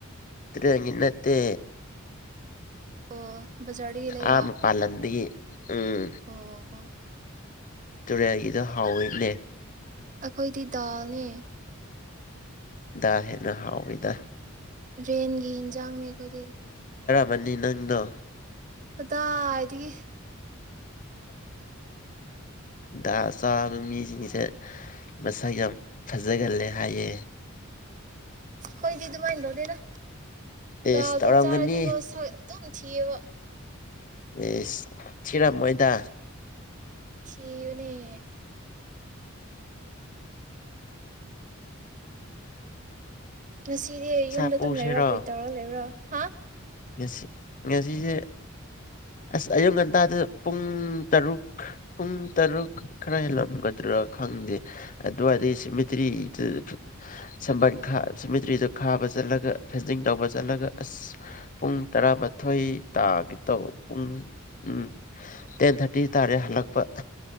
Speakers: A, on the left; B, on the right.
A: ꯇꯨꯔꯦꯟꯒꯤ ꯅꯠꯇꯦ
B: ꯑꯣ ꯕꯖꯥꯔꯗꯒꯤ ꯂꯩꯕ
A: ꯑꯥ ꯃꯄꯥꯜ ꯂꯝꯗꯒꯤ ꯎꯝ
B: ꯑꯣ ꯑꯣ
A: ꯇꯨꯔꯦꯜꯒꯤꯗꫭ ꯍꯥꯎꯋꯤꯅꯦ
B: ꯑꯩꯈꯣꯏꯗꯤ ꯗꯥꯜꯅꯦ
A: ꯗꯥꯜ ꯍꯦꯟꯅ ꯍꯥꯎꯋꯤꯗ
B: ꯔꯦꯟꯒꯤ ꯍꯤꯟꯖꯥꯡꯅꯤ ꯑꯩꯈꯣꯏꯗꯤ
A: ꯃꯅꯤ ꯅꯪꯗꯣ
B: ꯀꯗꯥꯏꯗꯒꯤ
A: ꯑꯍ ꯗꯥꯜ ꯆꯥꯕ ꯃꯤꯁꯤꯡꯁꯦ ꯃꯁꯛ ꯌꯥꯝ ꯐꯖꯒꯜꯂꯦ ꯍꯥꯏꯌꯦ
B: ꯈꫭꯏꯗꯤ ꯗꯨꯃꯥꯏꯅ ꯇꯧꯗꯦꯗ
A: ꯑꯦꯁ
B: ꯗꯥꯜꯗꫭ
A: ꯇꯧꯔꯝꯒꯅꯤ
B: ꯆꯥꯔꯗꯤꯀꫭ ꯁꯛ ꯑꯗꯨꯝ ꯊꯤꯌꯦꯕ
A: ꯏꯁ ꯊꯤꯔꯝ ꯃꯣꯏꯗꯥ
B: ꯊꯤꯕꯅꯦ ꯉꯁꯤꯗꯤ
A: ꯏꯁꯥ
B: ꯌꯨꯝꯗ
A: ꯄꯨꯁꯤꯔꯣ
B: ꯑꯗꯨꯝ ꯂꯩꯔꯣ ꯀꯔꯤ ꯇꯧꯔ ꯂꯩꯔꯣ ꯍꯥ
A: ꯉꯁꯤ ꯉꯁꯤꯁꯦ ꯑꯁ ꯑꯌꯨꯛ ꯉꯟꯇꯥꯗ ꯄꯨꯡ ꯇꯔꯨꯛ ꯄꯨꯡ ꯇꯔꯨꯛ ꯈꯔ ꯍꯦꯜꯂꯝꯒꯗ꯭ꯔꯥ ꯈꯪꯗꯦ ꯑꯗꯨꯋꯥꯏꯗꯩ ꯁꯤꯃꯤꯇ꯭ꯔꯤꯗ ꯐꯨ ꯁꯝꯕꯟ ꯈꯥ ꯁꯤꯃꯤꯇ꯭ꯔꯤꯗ ꯈꯥꯕ ꯆꯠꯂꯒ ꯐꯦꯟꯁꯤꯡ ꯇꯧꯕ ꯆꯠꯂꯒ ꯑꯁ ꯄꯨꯡ ꯇꯔꯥꯃꯥꯊꯣꯏ ꯇꯥꯒꯤ ꯇꯧ ꯄꯨꯡ ꯎꯝ ꯇꯦꯟ ꯊꯥꯔꯇꯤ ꯇꯥꯔꯦ ꯍꯜꯂꯛꯄ